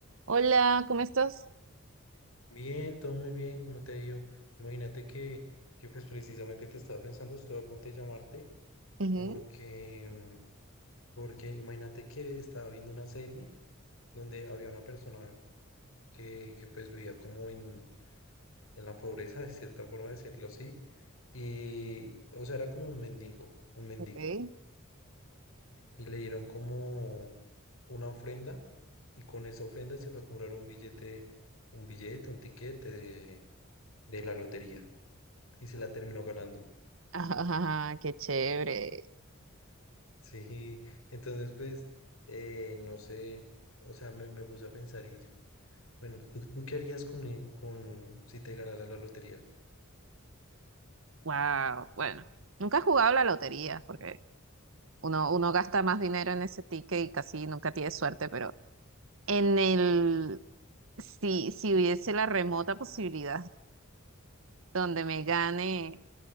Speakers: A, on the right; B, on the left.
A: Hola, ¿cómo estás?
B: Bien, todo muy bien, como te digo. Imagínate que, que pues precisamente te estaba pensando, estuve a punto de llamarte
A: Ujú,
B: porque, mm, porque imagínate que estaba viendo una serie donde había una persona que, que pues vivía como en, en la pobreza, <laughs> de cierta forma decirlo así, y o sea, era como un mendigo, un mendigo,
A: ok. <laughs>
B: y le dieron como una ofrenda y con esa ofrenda se fue a comprar un billete, un billete, un tiquete de, de la lotería y se la terminó ganando.
A: Ajá, qué chévere.
B: Sí, entonces pues, eh, no sé, o sea, me, me puse a pensar y, bueno, ¿tú, tú qué harías con, eh, con si te ganara la lotería?
A: Wow. Bueno, nunca he jugado a la lotería porque uno, uno gasta más dinero en ese ticket y casi nunca tiene suerte, pero en el, si, si hubiese la remota posibilidad donde me gane